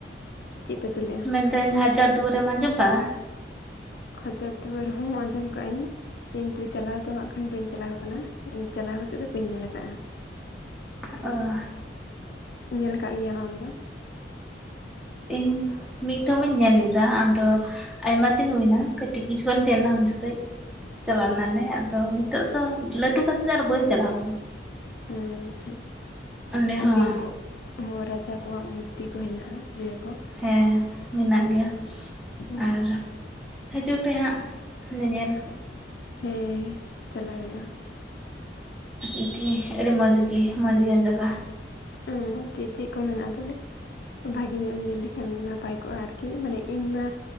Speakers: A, on the left; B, in the centre.
A: ᱪᱮᱫ ᱯᱮ ᱩᱛᱩ ‌ᱞᱮᱜᱟ?
B: ᱢᱮᱱᱫᱟᱹᱧ ᱦᱟᱡᱟᱨ ᱫᱩᱣᱟᱹᱨ ᱮᱢ ᱟᱸᱡᱚᱢ ᱠᱟᱜᱼᱟ
A: ᱦᱟᱡᱟᱨ ᱫᱩᱣᱟᱹᱨ ᱦᱚᱸ ᱟᱸᱡᱚᱢ ᱠᱟᱜ ᱟᱹᱤᱧ ᱠᱤᱱᱛᱩ ᱪᱟᱞᱟᱣ ᱫᱚ ᱦᱟᱸᱜ ᱠᱷᱟᱱ ᱵᱟᱹᱧ ᱪᱟᱞᱟᱣ ᱠᱟᱱᱟ ᱪᱟᱞᱟᱣ ᱠᱟᱛᱮᱜ ᱫᱚ ᱵᱟᱹᱧ ᱧᱮᱞ ᱠᱟᱜᱼᱟ
B: ᱚᱸ
A: ᱧᱮᱞ ᱠᱟᱜ ᱜᱮᱭᱟᱢ ᱟᱢ ᱫᱚ
B: ᱤᱧ ᱢᱤᱫ ᱫᱷᱟᱣ ᱤᱧ ᱧᱮᱞ ᱞᱮᱫᱟ ᱟᱫᱚ ᱟᱭᱢᱟ ᱫᱤᱱ ᱦᱩᱭᱱᱟ ᱠᱟᱹᱴᱤᱡ ᱠᱤᱪᱷᱩᱟᱱ ᱛᱟᱦᱮᱸ ᱞᱮᱱᱟ ᱩᱱ ᱡᱚᱠᱷᱚᱡ ᱪᱟᱞᱟᱣ ᱞᱮᱱᱟᱞᱮ ᱟᱫᱚ ᱱᱤᱛᱚᱜ ᱫᱚ ᱞᱟᱹᱴᱩ ᱫᱚ ᱟᱨ ᱵᱟᱹᱧ ᱪᱟᱞᱟᱣ ᱠᱟᱱᱟ
A: ᱦᱚᱸ ᱟᱪᱪᱷᱟ ᱟᱪᱪᱷᱟ
B: ᱚᱸᱰᱮ ᱦᱚᱸ
A: ᱞᱟᱹᱭ ᱟᱠᱚ ᱦᱚᱸ ᱨᱟᱡᱟ ᱠᱚᱣᱟᱜ ᱢᱩᱨᱛᱤ ᱠᱚ ᱦᱮᱱᱟᱜᱼᱟ ᱞᱟᱹᱭ ᱟᱠᱚ
B: ᱦᱮᱸ ᱢᱮᱱᱟᱜ ᱜᱮᱭᱟ
A: ᱦᱚᱸ
B: ᱟᱨ ᱦᱟᱹᱡᱩᱜ ᱯᱮ ᱦᱟᱸᱜ ᱧᱮᱧᱮᱞ
A: ᱦᱮᱸ ᱪᱟᱞᱟᱜ ᱦᱳᱭᱳᱜᱼᱟ
B: ᱟᱹᱰᱤ ᱟᱹᱰᱤ ᱢᱚᱡᱽ ᱜᱮ ᱢᱚᱡᱽ ᱜᱮᱭᱟ ᱡᱟᱜᱟ
A: ᱚ ᱪᱮᱫ ᱪᱮᱫ ᱠᱚ ᱢᱮᱱᱟᱜᱼᱟ ᱛᱚᱵᱮ ᱵᱷᱟᱜᱤ ᱧᱚᱜ ᱮᱢ ᱞᱟᱹᱭ ᱞᱮᱠᱷᱟᱱ ᱱᱟᱯᱟᱭ ᱠᱚᱜᱼᱟ ᱟᱨᱠᱤ ᱢᱟᱱᱮ ᱤᱧᱢᱟ